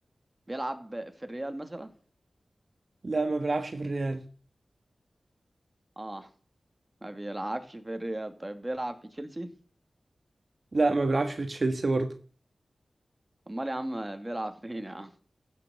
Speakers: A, on the right; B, on the right.
A: بيلعب في الريال مثلا
B: لا ما بيلعبش في الريال
A: اه ما بيلعبش في الريال طيب بيلعب في تشيلسي
B: لا ما بيلعبش في تشيلسي برضه
A: امال يا عم بيلعب فين يا عم